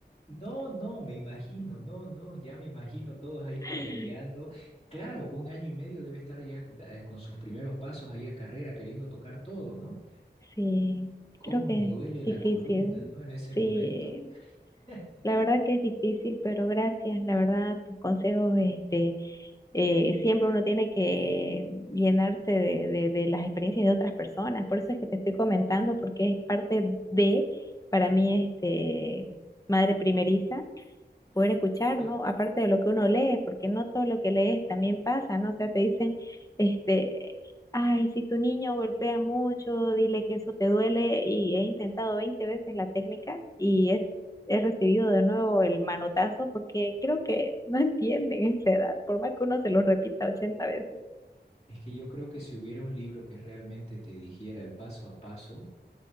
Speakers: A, on the left; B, on the left.
A: No, no, me imagino, no, no, ya me imagino todos ahí
B: <laughs>
A: correteando. Claro, un año y medio debe estar ya eh, con sus primeros pasos ahí a carrera queriendo tocar todo, ¿no?
B: Sí,
A: ¿Cómo
B: creo que
A: duele
B: es difícil.
A: la columna, ¿no? En ese
B: Sí,
A: momento. <laughs>
B: La verdad que es difícil, pero gracias. La verdad, tus consejos, este, eh, siempre uno tiene que llenarse de, de- de las experiencias de otras personas. Por eso es que te estoy comentando, porque es parte de, para mí, este, madre primeriza poder escuchar,
A: Bueno,
B: ¿no? Aparte de lo que uno lee, porque no todo lo que lees también pasa, ¿no? O sea, te dicen, este, ay, si tu niño golpea mucho, dile que eso te duele, y he intentado 20 veces la técnica y es, he recibido de nuevo el manotazo porque creo que no <laughs> entienden esa edad, por más que uno se lo repita ochenta veces.
A: Es que yo creo que si hubiera un libro que realmente te dijera el paso a paso,